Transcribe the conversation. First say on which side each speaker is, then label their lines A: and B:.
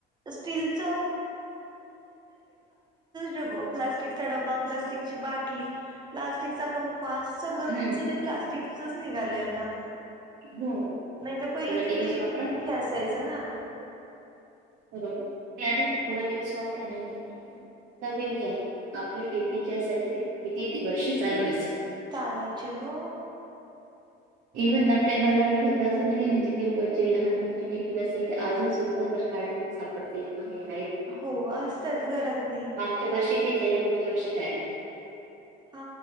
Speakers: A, on the right (about 20°); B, on the right (about 65°).
A: स्टीलचा डब प्लास्टिकचा डबा प्लास्टिकची बाटली प्लास्टिकचा फ सगळं
B: हं.
A: त्यांच ते प्लास्टिकचच निघालंय आता
B: हो.
A: नाही तर पहिलं
B: थोडे
A: किती
B: दिवस वापरा,
A: हे असायचं ना
B: बरोबर मी आता ते थोडा दिवस वापरा नंतर परतो नवीन घ्या आपले टिफिन जे असायचे ते किती वर्ष चालवायच
A: चालायचे हो
B: इव्हन आपल्या मला आठवत अजून म्हणजे ते जे लहानपणाची टिफिन असेल ते अजून सुद्धा जर काढण्या सापडतील काय या
A: हो असतात घरात नाही
B: च्या वर्षी घेतलेला पुढच्या वर्षी द्यायला
A: हा